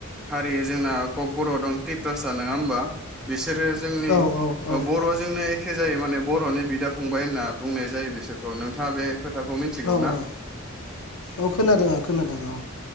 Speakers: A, in the centre; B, on the left.
A: हारि जोंना कक बर' दं त्रिप्रासा नङा होमबा बिसोरो जोंनि
B: औ औ औ
A: ओ बर'जोंनो एखे जायो माने बर'नि बिदा फंबाय होनना बुंनाय जायो बिसोरखौ नोंथाङा बे खोथाखौ मिथिगौ
B: औ
A: ना
B: औ औ खोनादों आं खोनादों औ।